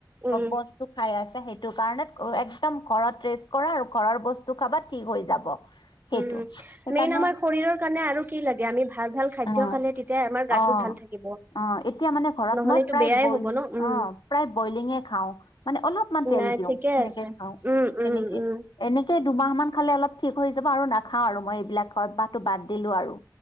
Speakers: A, on the right; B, on the left.
A: উম
B: বস্তু খাই আছে সেই সেইটো কাৰণ একদম ঘৰত ৰেষ্ট কৰা আৰু ঘৰৰ বস্তু খাবাত ঠিক হৈ যাব। সেইটো
A: উম,
B: সেইকাৰণে
A: মেইন আমাৰ শৰীৰৰ কাৰণে আৰু কি লাগে আমি ভাল ভাল খাদ্য
B: অ',
A: খালে তেতিয়া আমাৰ গাতো
B: অ'।
A: ভাল থাকিব।
B: অ' এতিয়া মানে ঘৰত
A: নহলেতো
B: মই প্ৰা
A: বেয়াই
B: প্ৰায় বইলিঙ
A: হ'ব ন উম,
B: অ' প্ৰায় বইলিঙে খাওঁ মানে অলপমান তেল
A: নাই
B: দিওঁ
A: ঠিকে
B: সেনেকে
A: আছে। উম,
B: খাওঁ।
A: উম,
B: এনেকে
A: উম,
B: এনেকে সেই দুমাহ মান খালে অলপ ঠিক হৈ যাব আৰু নাখাওঁ আৰু মই এইবিলাক খোৱা অভ্যাসটো বাদ দিলো আৰু।